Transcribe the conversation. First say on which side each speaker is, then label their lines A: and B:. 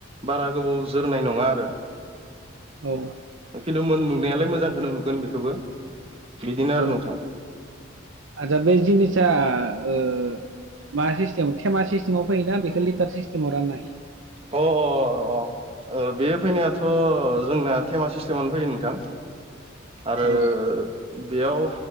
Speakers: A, on the right (about 30°); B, on the right (about 65°).
A: बारा गोबाव जोरनाय नंङा आरो <inaudible>
B: औ
A: खिन्थु मोन नुनायालाय मोजांखौनो नुगोन बेखौबो बिदिनो आरो
B: औ
A: नोंथां
B: आदा बे जिनिसा ओ मा सिस्टेम थेमा सिस्टेमाव फैयोना बेखौ लिटार सिस्टेमाव राननो हायो।
A: अ अ अ अ ओ बे फैनायाथ' जोंना थेमा सिस्टेमनो फैयो नोंथां आरो
B: औ
A: बेयाव